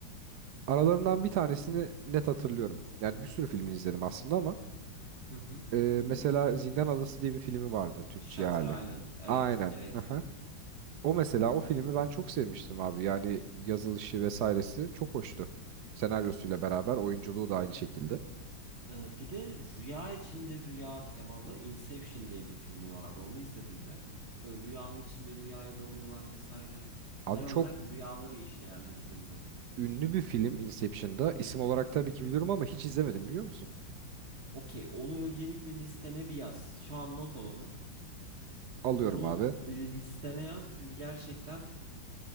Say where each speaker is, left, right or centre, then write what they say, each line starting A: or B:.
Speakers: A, on the right; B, on the right.
A: Aralarından bir tanesini net hatırlıyorum. Yani bir sürü filmini izledim aslında ama
B: Hı hı.
A: e, mesela Zindan Adası diye bir filmi vardı Türkçe
B: Shutter
A: hali.
B: Island. Evet,
A: Aynen.
B: evet.
A: Aha. O mesela o filmi ben çok sevmiştim abi. Yani yazılışı vesairesi çok hoştu. Senaryosuyla beraber oyunculuğu da aynı şekilde.
B: Ee, bir de rüya içinde rüya temalı Inception diye bir filmi vardı. Onu izledin mi? Böyle rüyanın içinde rüyaya dalıyorlar vesaire.
A: Abi
B: Genel
A: çok
B: olarak rüyaları işleyen bir filmdi.
A: ünlü bir film Inception'da. İsim olarak tabii ki biliyorum ama hiç izlemedim biliyor musun?
B: Okey, onu öncelikle listene bir yaz. Şu an not al onu.
A: Alıyorum
B: Onu
A: abi.
B: listene yaz çünkü gerçekten